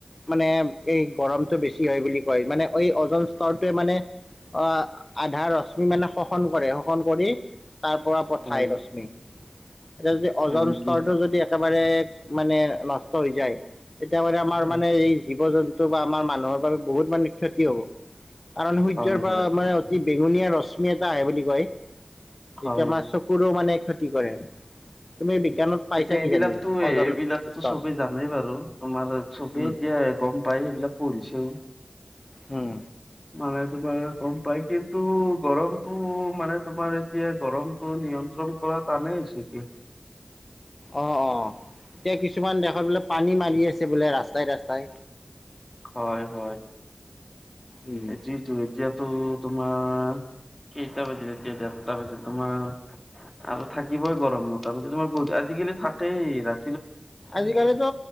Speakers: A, on the left (about 45°); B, on the left (about 25°).
A: মানে এই গৰমটো বেছি হয় বুলি কয় মানে এই অওজন স্তৰটোৱে মানে অহ আধা ৰশ্মি মানে শষন কৰে শোষন কৰি তাৰ পৰা পঠায়
B: হয়
A: ৰশ্মি এতিয়া যদি অজ
B: হয় নেকি
A: স্তৰটো যদি। মানে-মানে নষ্ট হৈ যায় তেতিয়া মাৰে আমাৰ
B: হয়
A: মানে এই জীৱ জন্তু বা আমাৰ মানুহৰ বাবে বহুত মানে ক্ষতি হব কাৰণ সূৰ্যৰ
B: হয়
A: পৰা
B: হয়
A: মানে অতি। বেঙুনীয়া ৰশ্মি এটা আহে বুলি কয়। যেতিয়া
B: হয়
A: আমাৰ চকুৰো মানে ক্ষতি কৰে তুমি বিজ্ঞানত পাইছা।
B: এইবিলাকতো-এইবিলাকতো
A: কিজানি অজন স্তৰ
B: চবে জানেই বাৰু তোমাৰ চবেই
A: উম,
B: এতিয়া গম পায় সেইবিলাক প পঢ়িছেও।
A: উম,
B: মানে, তোমাৰ গম পাই । কিন্তু গৰমটো, মানে তোমাৰ এতিয়া গৰমত নিয়ন্ত্ৰণ কৰা টানেই হৈছে এতিয়া।
A: অ', অ'। এতিয়া কিছুমান দেশত বোলে পানী মাৰি আছে বোলে ৰাস্তাই ৰাস্তাই।
B: হ'য়, হ'য়।
A: উম।
B: এতি তো, এতিয়া তো তোমাৰ কেইটা বাজিলে? এতিয়া দেৰটা বাজিল। তোমাৰ আৰু থাকিবই গৰম। মতা-মতি তোমাৰ আজি <unintelligible> থাকেই ৰা
A: আজিকালিতো